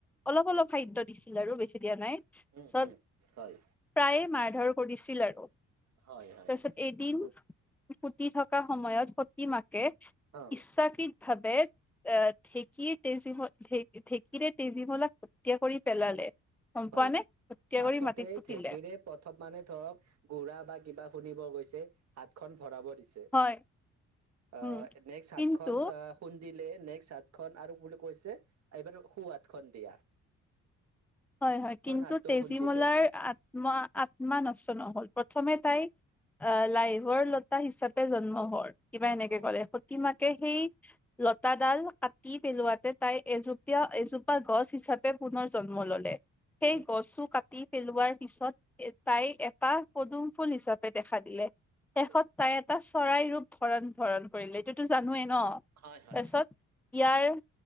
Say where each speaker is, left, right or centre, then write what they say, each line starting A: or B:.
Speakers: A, in the centre; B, on the right (about 60°).
A: অলপ- অলপ খাদ্য দিছিল আৰু বেছি দিয়া নাই, পাচত
B: উম উম হয়
A: প্ৰায়ে মাৰধৰ কৰিছিল আৰু।
B: হয় হয়
A: তাৰপিছত, এদিন
B: বহুত
A: ফুতি থকা সময়ত, সতি মাকে
B: অ'।
A: ইচ্ছাকৃত ভাবে এ, ঢেঁকীৰ তেজী, ঢেঁকীৰে তেজীমলাক হত্যা কৰি পেলালে। গম
B: হয়
A: পোৱা নে, হত্যা
B: ফাৰ্ষ্টতে
A: কৰি মাটিত পুতিলে।
B: ঢেঁকীৰে প্ৰথম মানে ধৰক গুৰা বা কিবা শুনিব গৈছে, হাত খন ভৰাব দিছে।
A: হয়
B: অ',
A: উম
B: নেক্স হাতখন
A: কিন্তু
B: অ'। খুন্দিলে, নেক্সট হাত খন আৰু বুলি কৈছে এইবাৰ সোঁহাত খন দি
A: হয়, হয়, কিন্তু
B: হাতো
A: তেজীমলাৰ
B: খুন্দিলে
A: আত্মা, আত্মা নষ্ট নহ'ল, প্ৰথমে তাই আ, লাইভৰ লতা হিচাপে জন্ম হ, কিবা এনেকে
B: অ
A: ক'লে, সতী মাকে সেই লতাডাল কাটি পেলোৱাতে তাই এজোপীয়া, এজোপা গছ হিচাপে পুনৰ জন্ম ল'লে। সেই
B: উম
A: গছো কাটি পেলোৱাৰ পিছত, তাই এটা পদুম ফুল হিচাপে দেখা দিলে।
B: হয়
A: শেষত তাই এটা চৰাই ৰূপ ধৰণ, ধৰণ কৰিলে, এইটোতো জানোৱেই ন,
B: হয় হয়
A: তাৰপিছত ইয়াৰ